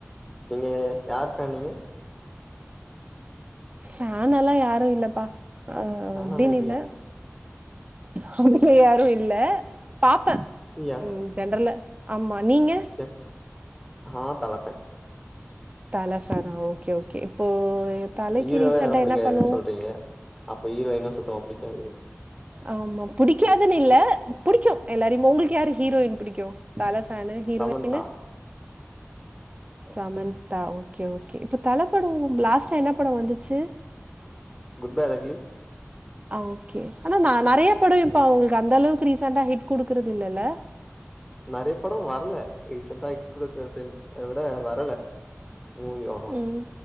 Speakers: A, in the centre; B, on the right.
A: நீங்க யார் ஃபேன் நீங்க
B: ஃபேனெல்லா யாரு இல்லப்பா அ
A: நானாலா
B: அப்டினு
A: இல்லையா
B: இல்ல அவங்க யாரு இல்ல பாப்ப
A: நீயா
B: ம் சென்ட்ரல ஆமா நீங்க
A: தென் ஆ தல ஃபேன்
B: தல ஃபேன்னா ஓகே ஓகே இப்போ தலைக்கு
A: ஹீரோவோ
B: ரீசெண்டா
A: யாரு பிடிக்காதுன்னு
B: என்ன பண்ணுவோம்
A: சொல்றீங்க அப்ப ஹீரோயுன்னு சுத்தமா பிடிக்காது
B: ஆமா புடிக்காதுன்னு இல்ல புடிக்கு எல்லாருமே உங்களுக்கு யாரு ஹீரோயின் பிடிக்கு தலஃபேன்னு heroine
A: Samantha
B: Samantha okay okay இப்ப தலப்பட லாஸ்ட்டு என்ன பட வந்துச்சு
A: குட் பேட் அகிலி
B: ஓகே ஆனா ந நெறைய பட இப்ப அவங்களுக்கு அந்த அளவுக்கு ரீசெண்டா ஹிட் குடுக்குறது இல்லல்ல
A: நெறய பட வரல ரீசெண்ட்டா இருக்கிறத விட வரல மூவிக் அவ்ளதா
B: ம்